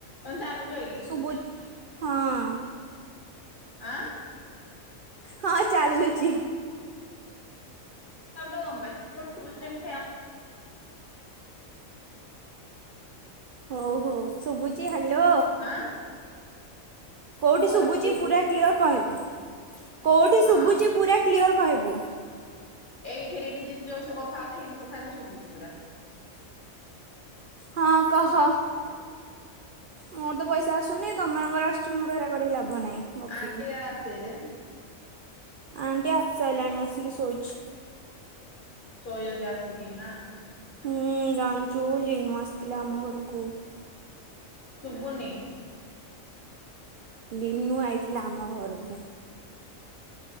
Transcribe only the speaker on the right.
ବୁଲ୍ ହଁ।
ହଁ ଚାଲୁଚି।
ହୋଉ ହୋଉ ଶୁବୁଚି ହ୍ୟାଲୋ।
କୋଉଟି
ଶୁବୁଚି ପୁରା କ୍ଲିଅର୍ କହିବୁ କୋଉଟି
ଶୁବୁଚି ପୁରା। କ୍ଲିଅର କହିବୁ।
ହଁ କହ? ମୋର ତ ପଇସା ଆସୁନି ତମମାନଙ୍କର ଆସୁଚି ମୋର ହେରା କରିକି ଲାଭ ନାହିଁ। ଗପିକି।
ଆଣ୍ଟି ଆସସାଇଲାଣି ଆସିକି ଶୋଇଚି।
ହୁଁ ଜାଣିଚୁ ଲିନୁ ଆସିଥିଲା ଆମ ଘରକୁ।
ଲିନୁ ଆଇଥିଲା ଆମ ଘରକୁ।